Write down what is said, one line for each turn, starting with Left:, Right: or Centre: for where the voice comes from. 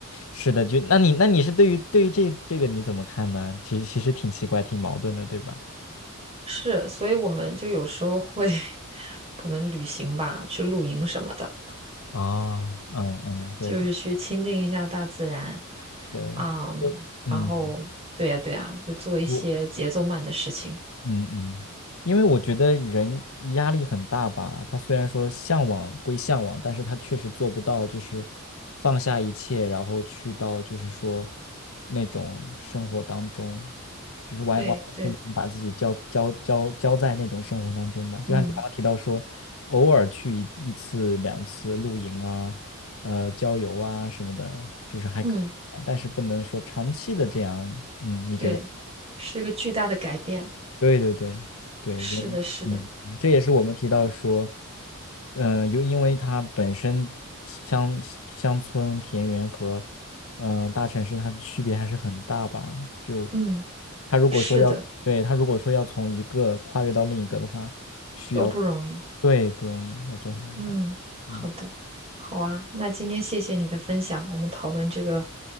Left: 是的，就那你那你是对于对于这这个你怎么看呢？其实其实挺奇怪，挺矛盾的，对吧？
Right: 是，所以我们就有时候会 <laughs> 可能旅行吧，去露营什么的，
Left: 啊，嗯嗯，对对
Right: 就是去亲近一下大自然，
Left: 对，
Right: 嗯，
Left: 就嗯。
Right: 然后对呀，对呀，就做一些节奏慢的事情。
Left: 我嗯嗯，因为我觉得人压力很大吧，他虽然说向往归向往，但是他确实做不到，就是放下一切，然后去到就是说那种生活当中，就是完完完全全把自己交交交交在那种生活当中吧。
Right: 对对，
Left: 就像你刚刚提到说，
Right: 嗯
Left: 偶尔去一一次两次露营啊，呃，郊游啊什么的，就是还可以吧但是不能说长期的这样，
Right: 嗯，
Left: 嗯，你觉得？
Right: 对，是一个巨大的改变。
Left: 对对对对，
Right: 是的，
Left: 人，
Right: 是的，
Left: 嗯，这也是我们提到说，嗯，又因为它本身乡乡村、田园和，呃，大城市它的区别还是很大吧。就
Right: 嗯。
Left: 他如果说要，
Right: 是的，
Left: 对，他如果说要从一个跨越到另一个的话，需要，
Right: 都不容易。
Left: 对，不容易，要做很大的改，
Right: 嗯，好的，
Left: 嗯
Right: 好啊。那今天谢谢你的分享，我们讨论这个